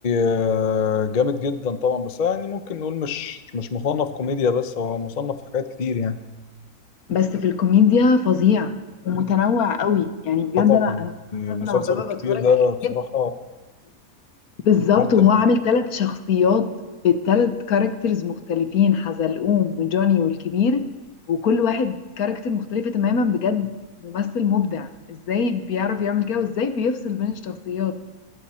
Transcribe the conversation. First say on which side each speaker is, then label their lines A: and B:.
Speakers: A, on the left; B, on the left.
A: آه، جامد جدا طبعا بس يعني ممكن نقول مش مش مصنف كوميديا بس هو مصنف في حاجات كتير يعني
B: بس في الكوميديا فظيع ومتنوع قوي يعني بجد
A: آه، طبعا
B: انا انا
A: المسلسل
B: مثلا لما ببقى
A: الكبير
B: بتفرج
A: ده
B: على الكوميديا
A: بصراحة
B: بالظبط
A: مبدع
B: وهو عامل ثلاث شخصيات بثلاث كاركترز مختلفين حزلقوم وجوني والكبير وكل واحد كاركتر مختلفة تماما بجد ممثل مبدع ازاي بيعرف يعمل كده وازاي بيفصل بين الشخصيات